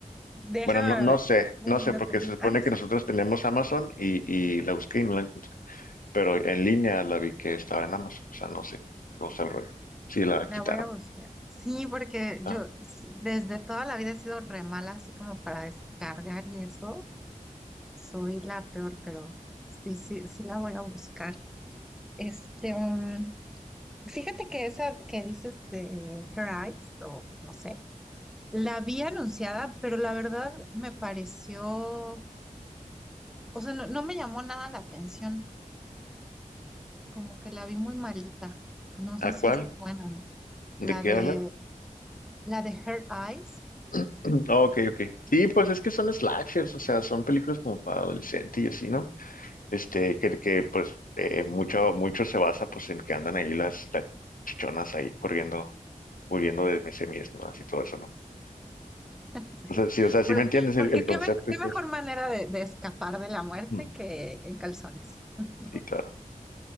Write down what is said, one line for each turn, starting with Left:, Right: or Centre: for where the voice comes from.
Centre: Déjame
Left: Bueno, no, no
Centre: ver.
Left: sé,
Centre: Uy,
Left: no sé,
Centre: no
Left: porque
Centre: tengo.
Left: se supone
Centre: Ah, no, sí,
Left: que nosotros tenemos Amazon y, y la busqué y no la encontré, pero en línea la vi que estaba en Amazon, o sea, no sé cómo está el rollo. Sí, la
Centre: la
Left: quitaron.
Centre: voy a buscar. Sí, porque yo
Left: Ah,
Centre: s- desde toda la vida he sido re mala, así como para descargar y eso. Soy la peor, pero sí, sí, sí la voy a buscar. Este, um, fíjate que esa que dices de Her Eyes, o no sé, la vi anunciada, pero la verdad me pareció, o sea, no no me llamó nada la atención. como que la vi muy malita. No sé
Left: ¿a
Centre: si
Left: cuál?
Centre: esté buena o no.
Left: ¿De
Centre: La
Left: qué
Centre: de,
Left: hablar?
Centre: la de Her Eyes.
Left: <clears throat> Ah, ok, ok. Sí, pues es que son slashers, o sea, son películas como para adolescente y así, ¿no? Este, que, que pues eh, mucho, mucho se basa pues en que andan ahí las, las chichonas ahí corriendo, huyendo de semis, ¿no? Así todo eso, ¿no?
Centre: <laughs> Sí.
Left: O sea, sí, o sea, sí
Centre: Por-
Left: me entiendes
Centre: Porque,
Left: el, el
Centre: qué,
Left: concepto
Centre: me- qué
Left: y todo
Centre: mejor
Left: eso.
Centre: manera de, de escapar de la muerte
Left: <clears throat>
Centre: que en calzones. <laughs>
Left: Sí, claro.